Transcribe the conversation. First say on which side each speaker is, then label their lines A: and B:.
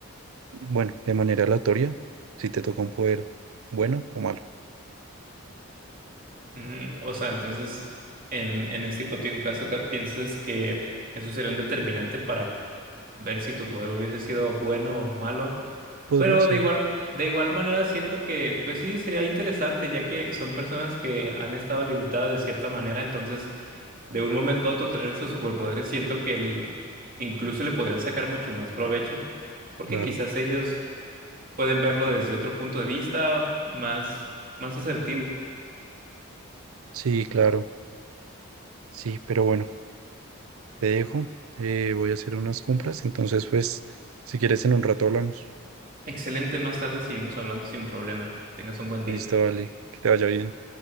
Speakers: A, on the right; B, on the right.
A: Bueno, de manera aleatoria, si te toca un poder bueno o malo.
B: Mm, o sea, entonces en, en este hipotético caso, ¿qué ¿piensas que eso sería un determinante para ver si tu poder hubiese sido bueno o malo?
A: Podría
B: Pero
A: ser,
B: de igual, de igual manera siento que, pues sí, sería interesante, ya que son personas que han estado limitadas de cierta manera, entonces de un momento a otro tener estos superpoderes, siento que el- incluso le podrían sacar mucho más provecho, porque
A: claro.
B: quizás ellos pueden verlo desde otro punto de vista más, más asertivo.
A: Sí, claro. Sí, pero bueno, te dejo. eh, voy a hacer unas compras. Entonces, pues, si quieres en un rato hablamos.
B: Excelente, más tarde seguimos hablando sin problema. Que tengas un buen
A: Listo,
B: día.
A: vale. Que te vaya bien.